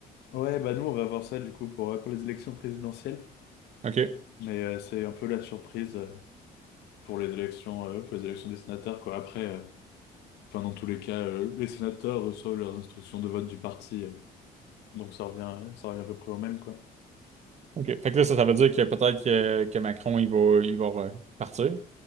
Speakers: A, on the left; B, on the right.
A: Ouais, bah nous, on va voir ça du coup pour, euh, pour les élections présidentielles.
B: OK.
A: Mais euh, c'est un peu la surprise euh, pour les élections, euh, pour les élections des sénateurs, quoi. Après, euh, enfin, dans tous les cas, euh, les sénateurs reçoivent leurs instructions de vote du parti, euh, donc ça revient, euh, ça revient à peu près au même, quoi.
B: OK. Fait que là, ça, ça veut dire que peut-être que, que Macron, il va, il va euh, partir.